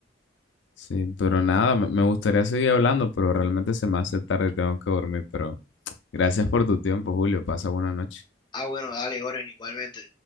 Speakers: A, on the left; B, on the left.
A: Sí, pero nada, me me gustaría seguir hablando, pero realmente se me hace tarde y tengo que dormir. Pero gracias por tu tiempo, Julio. Pasa buena noche.
B: Ah, bueno, dale, Oren, igualmente.